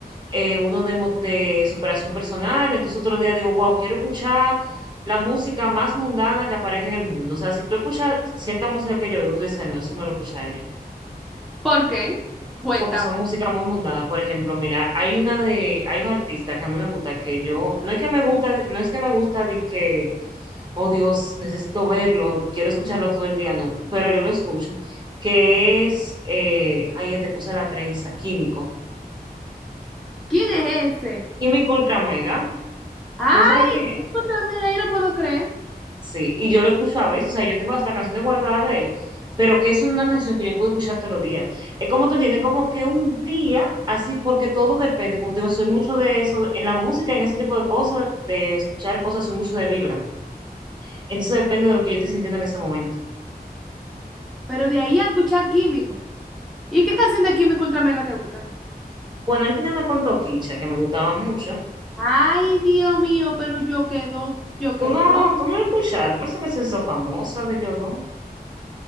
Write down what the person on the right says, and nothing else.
eh, uno de, mo- de superación personal. Entonces otro día digo, wow, quiero escuchar la música más mundana que aparezca en el mundo. O sea, si tú escuchas cierta música que yo oigo, tú dices, no, eso no lo escucha ella.
Porque son música muy mundana. Por ejemplo, mira, hay una de, hay un artista que a mí me gusta, que yo, no es que me gusta, no es que me gusta de que oh Dios, necesito verlo, quiero escucharlo todo el día, no, pero yo lo escucho, que es, eh, ahí te usa la trenza, químico,
químico ultra mega,
¿no sabes qué
es?
Sí, y yo lo escucho a veces, o sea, yo tengo hasta canciones guardadas de él, pero que es una canción que yo puedo escuchar todos los días. Es como tú entiendes, como que un día, así, porque todo depende, como te digo, soy mucho de eso, de- en la música, en ese tipo de cosas, de escuchar cosas, soy mucho de vibra. Entonces depende de lo que yo estoy sintiendo en ese momento.
Bueno, él tenía una con Toquicha que me gustaba mucho,
Tú no,
tú no lo escuchaste, por eso que se hizo famosa de Yodón.